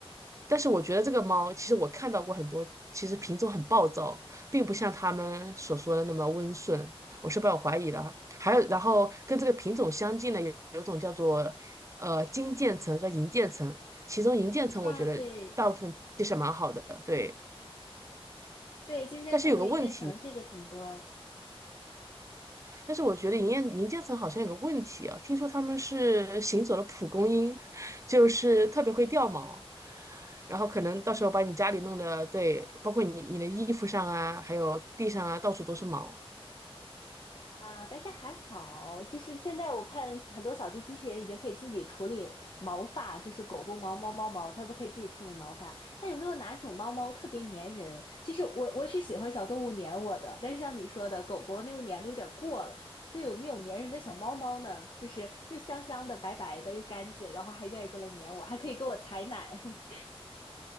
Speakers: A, on the right; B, on the left.
A: 但是我觉得这个猫，其实我看到过很多，其实品种很暴躁，并不像他们所说的那么温顺。我是抱有怀疑的啊。还有，然后跟这个品种相近的有有一种叫做呃金渐层和银渐层，其中银渐层我觉得大部分其实蛮好的，
B: 啊，对
A: 对。
B: 对，金渐层和一渐层这个挺多。
A: 但是有个问题，但是我觉得银渐银渐层好像有个问题啊，听说他们是行走的蒲公英，<laughs> 就是特别会掉毛，然后可能到时候把你家里弄得，对，包括你你的衣服上啊，还有地上啊，到处都是毛。
B: 啊，但是还好，就是现在我看很多扫地机器人已经可以自己处理毛发，就是狗狗毛、猫猫毛，它都可以自己处理毛发。那有没有哪种猫猫特别粘人？其实我我是喜欢小动物粘我的，但是像你说的，狗狗那个粘的有点过了。就有没有粘人的小猫猫呢？就是又香香的、白白的，又干净，然后还愿意过来粘我，还可以给我采奶。<laughs>